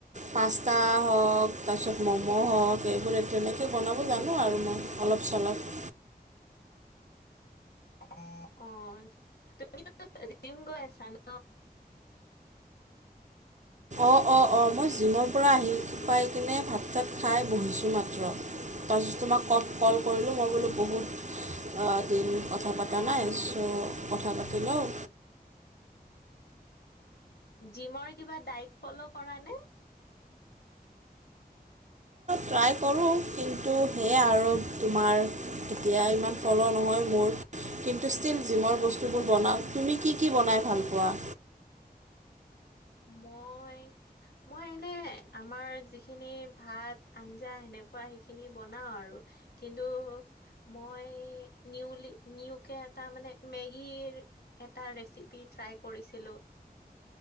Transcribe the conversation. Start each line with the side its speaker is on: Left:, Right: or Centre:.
Right: পাস্তা হওঁক তাৰপিছত ম'ম' হওঁক এইবোৰ তেনেকৈ বনাব জানো আৰু মই। অলপ চলপ
Left: <inaudible> অ তুমিতো জিম গৈ আছা ন।
Right: অ অ অ মই জিমৰ পৰা আহি পাই কিনে ভাত চাত খাই বহিছোঁ মাত্ৰ তাৰপিছত তোমাক কল কল কৰিলোঁ মই বোলো। বহুত দিন কথা পতা
Left: অ',
Right: নাই চ' কথা পাতি লওঁ।
Left: জিমৰ কিবা ডাইট ফ'ল' কৰা নে।
Right: ট্ৰাই কৰোঁ কিন্তু সেয়াই আৰু তোমাৰ এতিয়া ইমান ফ'ল' নহয় মোৰ- কিন্তু ষ্টীল জিমৰ বস্তুবোৰ বনাওঁ তুমি কি কি বনাই ভাল পোৱা।
Left: মই মই এনে আমাৰ যিখিনি ভাত, আঞ্জা, সেনেকুৱা সেইখিনি বনাওঁ। আৰু কিন্তু মই নিউলি নিউকে এটা মানে মেগীৰ- এটা ৰেচিপি ট্ৰাই কৰিছিলোঁ।